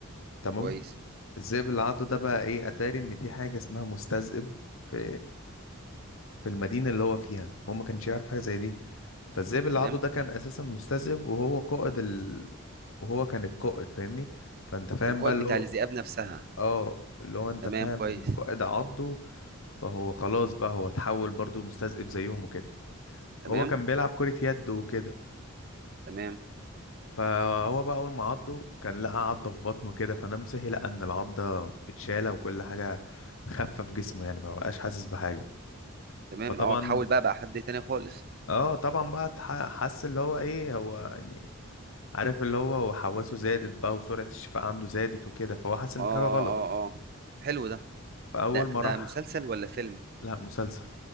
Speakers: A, on the left (about 65°); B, on the right (about 45°).
A: تمام
B: كويس
A: الذئب اللي عضه ده بقى ايه اتاري ان في حاجه اسمها مستذئب في في المدينه اللي هو فيها هو ما كانش يعرف حاجه زي دي فالذئب اللي
B: تمام
A: عضه ده كان اساسا مستذئب وهو قائد ال... وهو كان القائد فاهمني فانت فاهم
B: القائد
A: بقى اللي
B: بتاع
A: هو
B: الذئاب نفسها
A: اه اللي هو انت
B: تمام
A: فاهم
B: كويس
A: ان القائد عضه فهو خلاص بقى هو اتحول برضه مستذئب زيهم وكده
B: تمام
A: فهو كان بيلعب كرة يد وكده
B: تمام
A: فهو بقى اول ما عضه كان لقى عضه في بطنه كده فنام صحي لقى ان العضه اتشاله وكل حاجه خفه في جسمه يعني ما بقاش حاسس بحاجه
B: تمام
A: فطبعا
B: اه تحول بقى بقى حد تاني خالص
A: اه طبعا بقى اتح- حس اللي هو ايه هو يعني عارف اللي هو وحواسه زادت بقى وسرعه الشفاء عنده زادت وكده فهو حس ان
B: اه اه
A: في حاجه غلط
B: اه اه حلو ده
A: فاول
B: ده ده
A: ما راح
B: مسلسل ولا فيلم
A: لا مسلسل